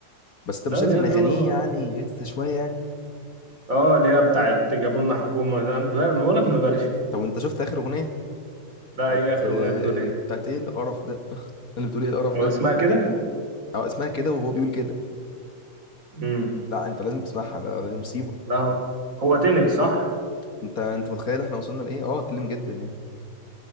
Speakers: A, on the left; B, on the right.
A: بس انت مش
B: أه
A: شايف
B: زياد
A: ان اغانيه
B: زوزة بقى
A: يعني غثه شويه يعني
B: أه اللي هي بتاعت جابوا لنا حكومة ده أنا بقول بقول لك مبرشم
A: طب انت شفت اخر اغنيه
B: لا
A: بتاعت
B: إيه آخر أغنية
A: آه،
B: بتقول إيه
A: بتاعت ايه القرف ده <laughs> اللي بتقول ايه القرف
B: ولا
A: ده
B: اسمها كده؟
A: اه اسمها كده وهو بيقول كده
B: امم
A: لا انت لازم تسمعها ده ده- دي مصيبه
B: لا هو هو تنك صح؟
A: انت انت متخيل احنا وصلنا لايه اه اتكلم جدا يعني